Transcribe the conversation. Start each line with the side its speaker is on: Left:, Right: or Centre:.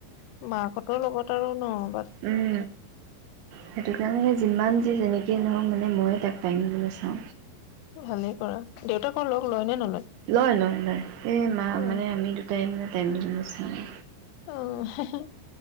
Left: মাহঁতৰ লগত কাৰণত
Right: উম সেইটো কাৰণে যিমান যে
Left: উম
Right: যেনেকে নহও মানে ময়ে তাক টাইম <unintelligible> চা
Left: ভালেই কৰা দেউতাক লগ লয় নে নলয়
Right: লয় লয় লয় এই মা
Left: অ
Right: মানে আমি দুটাই মানে টেণ্ট হৈছে আৰু।
Left: অহ, '- হে - হে